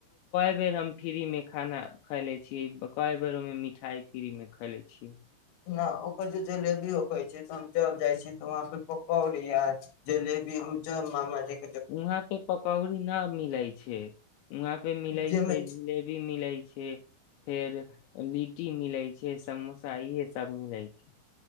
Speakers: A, on the left; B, on the left.
A: क बेर हम फ्री मे खाना खैले छी क बेर ओहिमे मिठाई फ्री में खैले छी
B: न ओकर जे जलेबी हो कहे छै त हम जब जाय छी त वहां पे पकौरी या जलेबी हम जब मामा जी
A: वहाँ पे पकौड़ी न मिलै छै वहाँ पे मिलै
B: जाहिमे
A: छै जिलेबी मिलैत छै फेर लिट्टी मिलैत छै समोसा इहे सब मिलै छै